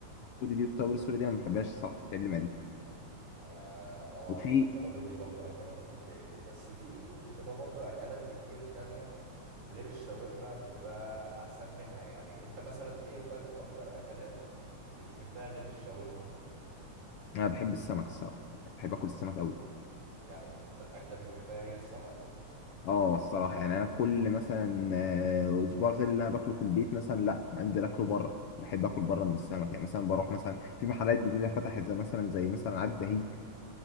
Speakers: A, on the left (about 65°); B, on the right (about 70°).
A: دي والتوابل السوري دي انا ما بحبهاش الصراحه بتعمل لي معدتي
B: أنا آه
A: وفي
B: التوابل دي برضو أنا كمان بتتعبني بس في بتبقى برضو أكلات كتير تانية غير الشاورما بتبقى أحسن منها يعني أنت مثلا إيه طيب أكتر أكلات بتحبها غير الشاورما؟
A: انا بحب السمك الصراحه يعني بحب اكل السمك قوي
B: يعني أنت أكتر أكلة بتحبها هي السمك؟
A: اه الصراحه يعني انا كل مثلا آه، اسبوع غير اللي انا باكله في البيت مثلا لا انزل اكله بره بحب اكل بره من السمك يعني مثلا بروح مثلا في محلات جديده فتحت زي مثلا زي مثلا عارف بهيج